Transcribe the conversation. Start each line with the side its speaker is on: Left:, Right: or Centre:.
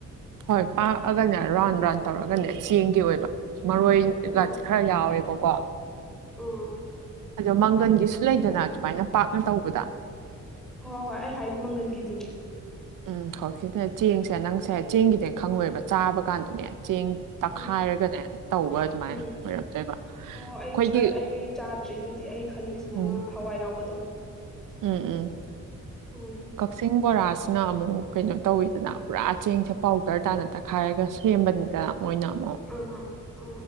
Right: ꯍꯣꯏ ꯄꯥꯛꯑꯒꯅꯦ ꯔꯥꯎꯟ ꯔꯥꯎꯟ ꯇꯧꯔꯒꯅꯦ
Centre: ꯎꯝ
Right: ꯆꯦꯡꯒꯤ ꯑꯣꯏꯕ ꯃꯔꯣꯏꯒ
Centre: ꯑꯣ
Right: ꯈꯔ ꯌꯥꯎꯋꯦꯕꯀꯣ
Centre: ꯎꯝ
Right: ꯑꯗꯣ ꯃꯪꯒꯟꯒꯤꯁꯨ ꯂꯩꯗꯅ ꯑꯗꯨꯃꯥꯏꯅ ꯄꯥꯛꯅ ꯇꯧꯕꯗ
Centre: ꯍꯣꯏ ꯍꯣꯏ ꯑꯩ ꯍꯥꯏꯁꯦ ꯃꯪꯒꯟꯒꯤꯗꯨꯅꯦ
Right: ꯎꯝ ꯍꯧꯖꯤꯛ ꯁꯤꯅ ꯆꯦꯡꯁꯦ ꯅꯪꯁꯦ ꯆꯦꯡꯒꯤꯗꯤ ꯈꯪꯉꯣꯏꯕ ꯆꯥꯕ ꯀꯥꯟꯗꯅꯦ ꯆꯦꯡ ꯇꯛꯈꯥꯏꯔꯒꯅꯦ
Centre: ꯎꯝ
Right: ꯇꯧꯕ ꯑꯗꯨꯃꯥꯏꯅ
Centre: ꯎꯝ
Right: ꯑꯣꯏꯔꯝꯆꯩꯕ ꯑꯩꯈꯣꯏꯒꯤ
Centre: ꯑꯣ ꯑꯩ ꯑꯩ ꯆꯥꯗ꯭ꯔꯤ ꯑꯗꯨꯗꯤ ꯑꯩ ꯈꯜꯂꯨꯏꯁꯤꯅ
Right: ꯎꯝ
Centre: ꯑꯃ ꯍꯋꯥꯏ ꯌꯥꯎꯕꯗꯣ
Right: ꯎꯝ ꯎꯝ
Centre: ꯑꯗꯨꯗꯣ
Right: ꯀ ꯀꯛꯆꯤꯡ ꯕꯣꯔꯥꯁꯤꯅ ꯑꯃꯨꯛ ꯀꯩꯅꯣ ꯇꯧꯋꯤꯗꯅ ꯄꯨꯔꯥ ꯆꯦꯡꯁꯦ ꯄꯥꯎꯗꯔ ꯇꯥꯅ ꯇꯛꯈꯥꯏꯔꯒ ꯁꯦꯝꯕꯅꯤ ꯀ ꯑꯣꯏꯅ ꯑꯃꯨꯛ
Centre: ꯑ ꯑ ꯑ